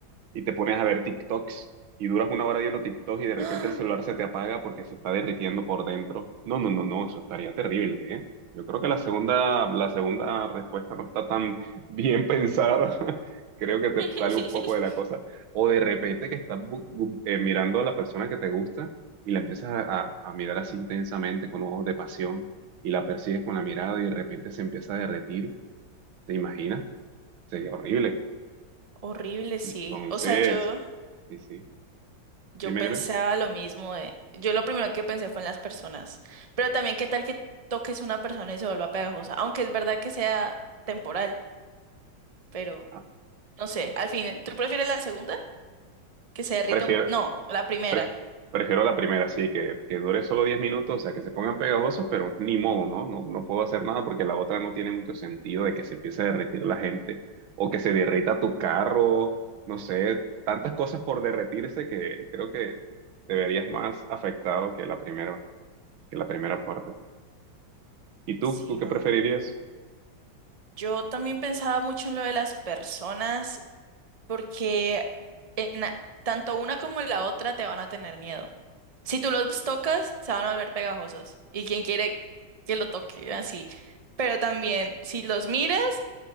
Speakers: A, on the right; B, on the right.
A: y te pones a ver TikToks y duras una hora viendo TikToks y de repente
B: ¡Ah!
A: el celular se te apaga porque se está derritiendo por dentro. No, no, no, no, eso estaría terrible, ¿eh? Yo creo que la segunda, la segunda respuesta no está tan bien pensada. <laughs> Creo que
B: <laughs>
A: te sale un poco de la cosa. O de repente que estás bu- bu- eh, mirando a la persona que te gusta y la empiezas a, a- a mirar así intensamente con ojos de pasión y la persigues con la mirada y de repente se empieza a derretir. ¿Te imaginas? Sería horrible.
B: Horrible, sí.
A: Entonces,
B: O sea, yo,
A: sí, sí.
B: yo
A: Dime,
B: pensaba
A: dime.
B: lo mismo de, yo lo primero que pensé fue en las personas, pero también qué tal que toques una persona y se vuelva pegajosa, aunque es verdad que sea temporal, pero
A: Ah,
B: no sé, al fin, ¿tú prefieres la segunda? Que se derrita
A: Prefiero,
B: un, no, la primera.
A: pref- prefiero la primera, sí, que, que dure solo 10 minutos, o sea, que se pongan pegajosos, pero ni modo, ¿no? No, no puedo hacer nada porque la otra no tiene mucho sentido de que se empiece a derretir la gente o que se derrita tu carro, no sé, tantas cosas por derretirse que creo que te verías más afectado que la primera, que la primera parte. ¿Y tú?
B: Sí,
A: ¿Tú qué
B: no.
A: preferirías?
B: Yo también pensaba mucho en lo de las personas porque en a- tanto una como la otra te van a tener miedo. Si tú los tocas, se van a volver pegajosos. ¿Y quién quiere que lo toque así? Pero también, si los miras,